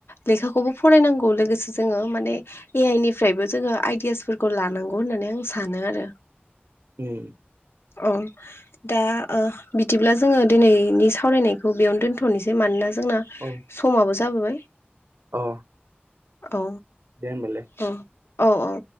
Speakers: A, on the left; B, on the right.
A: लेखाखौबो फरायनांगौ लोगोसे जोङो माने ए आइ नि फ्रायबो जोङो आइडियासफोरखौ लानांगौ होननानै आं सानो आरो।
B: उम
A: अ दा बिदिब्ला जोङो दिनैनि सावरायनायखौ बेयावनो दोनथ'नोसै मानोना जोंना
B: औ
A: समाबो जाबोबाय।
B: औ
A: औ
B: दे होनबालाय।
A: औ औ औ